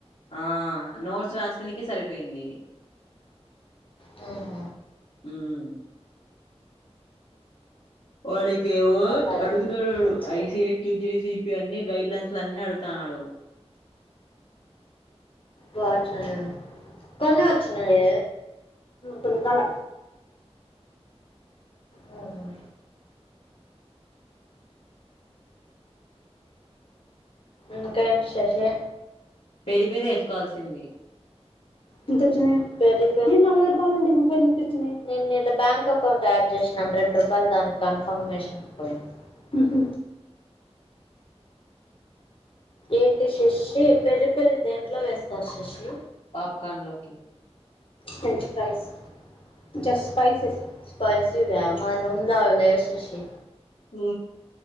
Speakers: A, on the left; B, on the left.
A: ఆ నోట్స్ రాసుకునికే సరిపోయింది
B: మ్మ్హ.
A: ఉమ్ వాడికేమో
B: ఒక్క ఫైవ్
A: అడుగుతున్నాడు
B: సెకండ్ వచ్చాయి
A: ఐసిహెచ్ జేసిపి అన్ని గైడ్ లైన్స్ అన్ని అడుగుతున్నాడు
B: బాగా వచ్చినాయి. కొన్ని
A: ఆ
B: వచ్చినాయి కొనుక్కోలే మ్మ్. ఇంకేంటి శశి
A: పెరి పెరి వేసుకోవాల్సింది
B: ఎంత వచ్చింది పెరి పెరి నేను నలభై రూపాయలు ఉండేది ముప్పై ఎనిమిది వచ్చింది నేను నేను బ్యాంక్ అకౌంట్ యాడ్ చేసినాను రెండు రూపాయలు దాని కన్ఫర్మేషన్ పోయింది మ్హూ. ఏంటి శశి పెరి పెరి దేంట్లో వేస్తారు శశి
A: పాప్కార్న్ లోకి
B: French fries just spices spicy బ్యా మా రూమ్లో లేవు శశి
A: ఓ